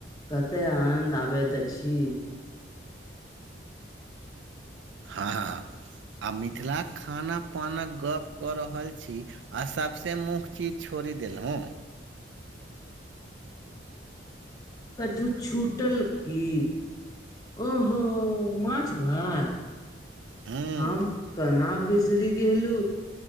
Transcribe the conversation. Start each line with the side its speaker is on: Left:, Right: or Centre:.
Left: कतेक अनन्द आबैत अछि
Right: हँ हँ हँ आ मिथिलाक खाना पाना के गप कऽ रहल छी आ सभसँे मुख चीज छोड़ि देल ह
Left: कठू छूटल की ओहो माछ भात
Right: हूँ
Left: हम कहना बिस शी गलू